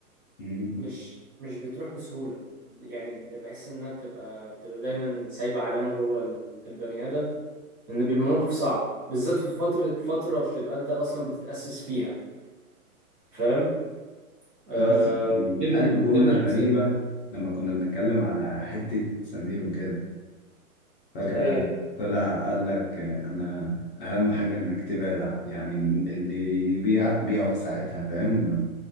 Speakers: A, on the left; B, on the right.
A: مم.
B: مش مش بتروح بسهوله ب- يعني بحس انها بتبقى بتبقى دايما سايبه علامه جوه ال- البني ادم ان بيبقى موقف صعب بالذات في فتره فتره بتبقى انت اصلا بتتاسس فيها فاهم آه
A: بس كان
B: وبتبني
A: قال
B: وبتبني
A: جملة غريبة
B: شخصيه
A: لما كنا بنتكلم على حتة سمير وكده فجأة
B: ايه
A: طلع قال لك أنا أهم حاجة إنك تبعد ع- يعني اللي يبيعك بيعه في ساعتها فاهم